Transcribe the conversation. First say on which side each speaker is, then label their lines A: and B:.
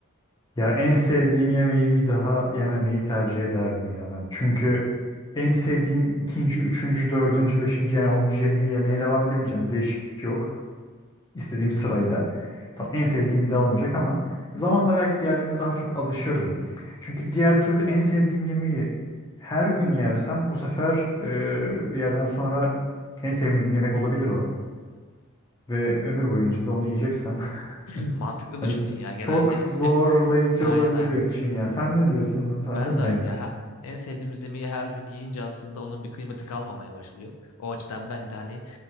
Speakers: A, on the left; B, on the left.
A: Ya en sevdiğim yemeği bir daha yememeyi tercih ederdim ya ben. Çünkü en sevdiğim ikinci, üçüncü, dördüncü, beşinci yani onuncu yemeği yemeye devam edebileceğim. Bir değişiklik yok. İstediğim sırayla. Tam en sevdiğim bir daha olmayacak ama zamanla belki diğerlerine daha çok alışırdım. Çünkü diğer türlü en sevdiğim yemeği her gün yersem bu sefer e, bir yerden sonra en sevmediğim yemek olabilir o. Ve ömür boyunca da onu yiyeceksem <laughs>
B: <clears throat> Mantıklı
A: Hani
B: düşündün ya. Genelde
A: çok zorlayıcı
B: hep aynen
A: olabilir
B: aynen.
A: benim için ya. Sen ne diyorsun? Sende
B: Ben
A: mi
B: de aynı
A: benzer?
B: ya. Ha- En sevdiğimiz yemeği her gün yiyince aslında onun bir kıymeti kalmamaya başlıyor. O açıdan ben de hani